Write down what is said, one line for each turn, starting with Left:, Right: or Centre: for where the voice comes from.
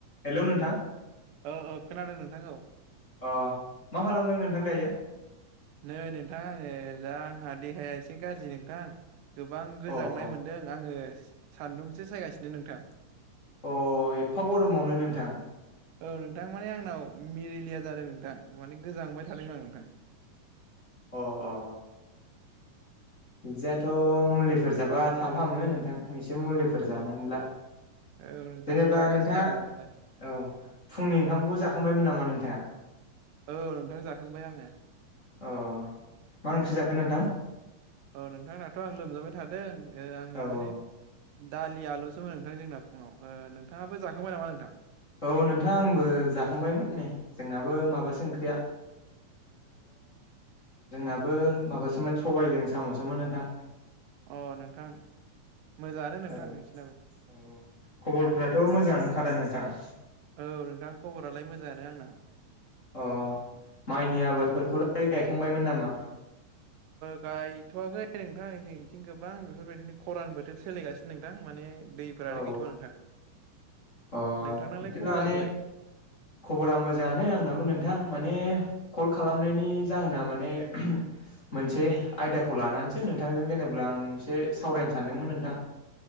Left: Hello नोंथां
Right: औ औ खोनादों नोंथां औ।
Left: अ मा खालामदों नोंथां दायो?
Right: नै नोंथां आङो दा आंहा देहाया एसे गाज्रि नोंथां। गोबां गोजांनाय
Left: अ अ
Right: मोनदों आङो सान्दुंसो सायगासिनो नोंथां।
Left: अ एफा गरमावनो नोंथां।
Right: औ नोंथां माने आंनाव मिलेलिया जादों नोंथां माने गोजांबाय थादों आं नोंथां।
Left: अ अ बिदियाथ' मुलिफोर जाबा थाब हामो नोंथां एसे मुलिफोर
Right: औ
Left: जानानै ला।
Right: औ नोंथां
Left: जेनेबा
Right: जागासिनो
Left: नोंथाङा
Right: आं जानायालाय
Left: औ फुंनि ओंखामखौ जा खांबायमोन नामा नोंथाङा?
Right: औ नोंथां जाखांबाय आङो
Left: अ मा ओंख्रि जाखो नोंथां?
Right: औ नोंथां दाथ' आं लोमजाबाय थादों आङो
Left: औ
Right: माने।
Left: औ
Right: दालि आलुसोमोन नोंथां जोंना फुङाव नोंथाङाबो जाखांबाय नामा नोंथां?
Left: औ नोंथां आंबो जाखांबायमोन नै जोंनाबो माबासो
Right: औ
Left: ओंख्रिया। जोंनाबो माबासोमोन सबायजों साम'सोमोन नोंथां।
Right: अ नोंथां। मोजाङानो नोंथां
Left: औ औ
Right: नोंसिनाबो
Left: खबरफ्राथ' मोजाङानोखादा नोंथां?
Right: औ नोंथां खबरालाय मोजाङानो आंना।
Left: अ माइनि आबादफोरखौलाय गायखांबायमोन नामा?
Right: गायथ'वाखै नोंथां जोंनिथिं गोबां बेफोरबायदिनो खरान बोथोर सोलिगासिनो नोंथां माने। दैफोरानो
Left: औ
Right: गैथ'वा नोंथां
Left: अ <unintelligible>
Right: नोंथांनालाय खबरा बोरै
Left: खबरा मोजाङानो आंनाबो नोंथां माने कल खालामनायनि जाहोना माने मोनसे आयदाखौ लानानैसो नोंथांजों जेनेबा अब्ला आं एसे सावरायनो सानदोंमोन नोंथां